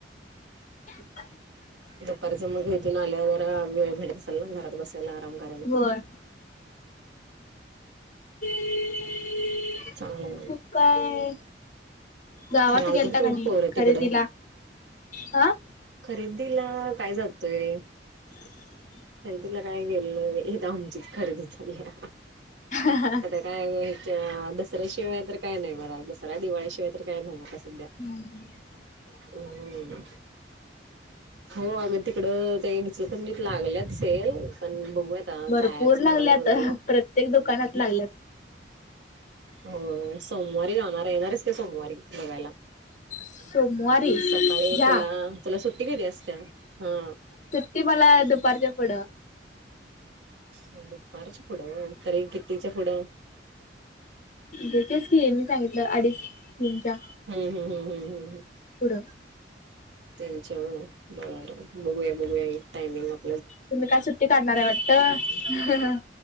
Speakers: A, on the left; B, on the right.
A: ह <inaudible>
B: दुपारच मग तिथून आल्यावर जरा वेळ भेटत असल ना, घरात बसायला आराम करायला.
A: होय ह <inaudible>
B: चांगलं आहे
A: काय, गावात
B: हे आलते
A: गेलता
B: का
A: काय
B: बघ
A: नाही
B: पोरं तिकडं
A: खरेदीला? हा
B: खरेदीला काय जातोय.
A: <inaudible>
B: खरेदीला काय गेलोय, इथ आमचीच खरेदी चालल्या.
A: ह ह <unintelligible>
B: काय हे, च दसऱ्याशिवाय तर काय नाही बघा. दसरा, दिवाळीशिवाय तर काय नाही आता सध्या.
A: हम् ह.
B: हम्म हो अगं, तिकडं इचंलकरंजीत लागल्यात सेल पण बघूया आता
A: भरपूर
B: जायचं
A: लागल्यात
B: म्हणाय लागलेलो.
A: प्रत्येक दुकानात लागल्यात.
B: हो, सोमवारी जाणार हाय, येणार आहेस काय? सोमवारी बघायला.
A: सोमवारी
B: सकाळी
A: घ्या
B: तुला, तुला सुट्टी कधी असतीया. हा.
A: ती मला दुपारच्या पुढं.
B: म, दुपारच्या पुढं होय तरी कितीच्या पुढं?
A: येथेच की मी सांगितलं, अडीच तीनचा.
B: हम्म, हम्, हम्, हम्, हम्, हम्.
A: पुढ.
B: त्यांच्या वर बरं बघूया, बघूया टाइमिंगवर.
A: तुम्ही काय सुट्टी काढणार हाय वाटत? हम्म हह